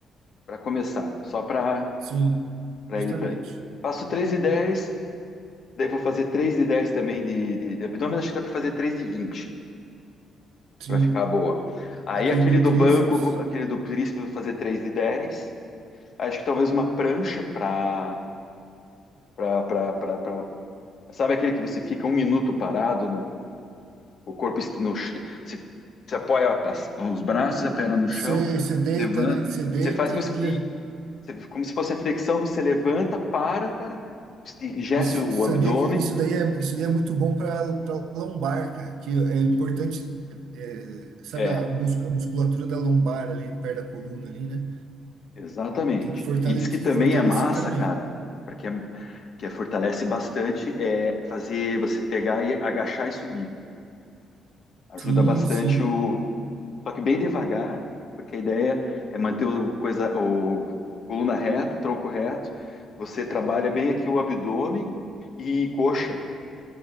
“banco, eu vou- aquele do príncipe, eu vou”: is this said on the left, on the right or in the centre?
Left